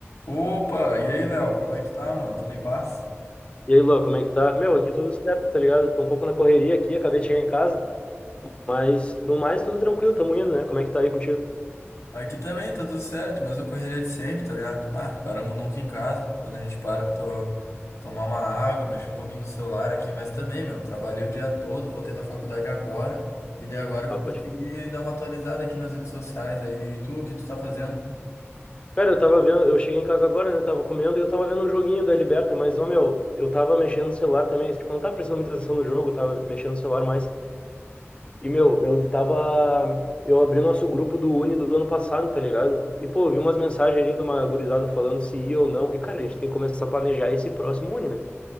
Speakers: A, on the left; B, on the left.
A: Opa, e aí, Léo, como é que tu tá, mano? Tudo em paz?
B: E aí, Luan, como é que tá? Meu, aqui tudo certo, tá ligado? Tô um pouco na correria aqui, acabei de chegar em casa, mas no mais tudo tranquilo, tamo indo, né? Como é que tá aí contigo?
A: Aqui também, tá tudo certo, mesma correria de sempre, tá ligado? Ah, paramos nunca em casa. Quando a gente para, tô... tomar uma água, mexer um pouquinho no celular aqui, mas também, meu, trabalhei o dia todo, voltei da faculdade agora, e daí agora que
B: Ah,
A: eu consegui
B: pode crer.
A: dar uma atualizada aqui nas redes sociais aí. E tu, o que tu tá fazendo?
B: Cara, eu tava vendo, eu cheguei em casa agora, né? Tava comendo e eu tava vendo um joguinho da Liberta, mas, ô, meu, eu tava mexendo no celular também, tipo, não tava prestando muita atenção no jogo, eu tava mexendo no celular mais. E, meu, eu tava. Eu abri nosso grupo do Uni do ano passado, tá ligado? E, pô, eu vi umas mensagens ali de uma gurizada falando se ia ou não. E, cara, a gente tem que começar a planejar esse próximo Uni, né?